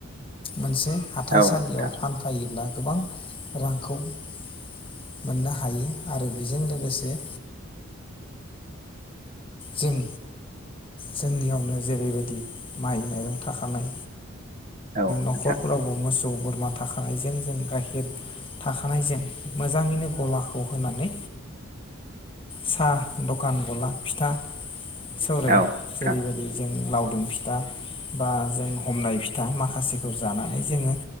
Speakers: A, on the left; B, on the right.
A: मोनसे हाथाइसालियाव
B: औ नोंथां
A: फानफायोब्ला गोबां रांखौ मोननो हायो आरो बेजों लोगोसे जों जोंनियावनो जेरैबायदि माइ माइरं थाखानाय
B: औ
A: नखरफोरावबो
B: नोंथां
A: मोसौ बोरमा थाखानायजों जों गाइखेर थाखानायजों मोजां मोजाङैनो गलाखौ होनानै साहा दखान गला फिथा सावराय
B: औ नोंथां
A: जेरैबायदि जों लावदुम फिथा बा जों हमनाय फिथा माखा माखासेखौ जानानै जोङो